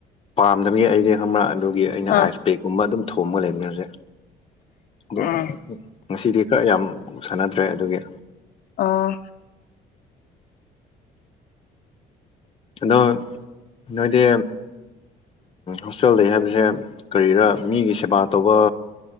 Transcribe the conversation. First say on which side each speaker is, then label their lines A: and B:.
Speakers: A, on the left; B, on the left.
A: ꯄꯥꯝꯗꯕꯤꯒꯤ ꯑꯩꯗꯤ ꯈꯪꯕ꯭ꯔꯥ ꯑꯗꯨꯒꯤ ꯑꯩꯅ
B: ꯑꯥ
A: ꯑꯥꯏꯁ ꯄꯕꯦꯛꯀꯨꯝꯕ ꯑꯗꯨꯝ ꯊꯣꯡꯕ ꯂꯩꯕꯅꯦ ꯍꯧꯖꯤꯛ ꯑ
B: ꯑꯥ
A: ꯉꯁꯤꯗꯤ ꯈꯔ ꯌꯥꯝ ꯁꯥꯟꯅꯗ꯭ꯔꯦ ꯑꯗꯨꯒꯤ
B: ꯑꯥ
A: ꯑꯗꯣ ꯅꯣꯏꯗꯤ ꯍꯣꯁꯇꯦꯜ ꯂꯩ ꯍꯥꯏꯕꯁꯦ ꯀꯔꯤꯔꯥ ꯃꯤꯒꯤ ꯁꯦꯕꯥ ꯇꯧꯕ